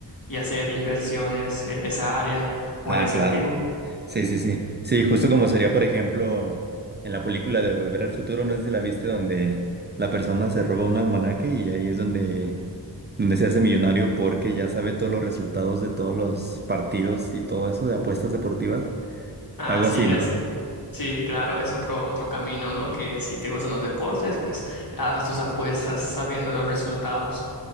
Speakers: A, on the left; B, on the right.
A: y hacer inversiones en esa área o
B: Ah,
A: en ese
B: claro.
A: activo.
B: Sí, sí, sí. Sí, justo como sería, por ejemplo, en la película de Volver al Futuro, no sé si la viste, donde la persona se roba un almanaque y ahí es donde, donde se hace millonario porque ya sabe todos los resultados de todos los partidos y todo eso de apuestas deportivas.
A: Así
B: Algo así,
A: es.
B: ¿no?
A: Sí, claro, es otro, otro camino, ¿no? Que si te gustan los deportes, pues hagas tus apuestas sabiendo los resultados.